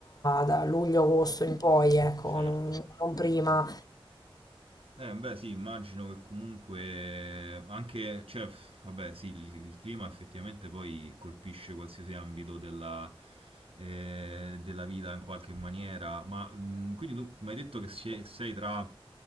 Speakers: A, on the left; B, on the right.
A: da luglio-agosto in poi, ecco,
B: certo.
A: non, non prima.
B: Ok. Eh, beh, sì, immagino che comunque anche, cioè, pff, vabbè, sì, il, il clima effettivamente poi colpisce qualsiasi ambito della, eh, della vita in qualche maniera, ma mh, quindi tu mi hai detto che sie- sei tra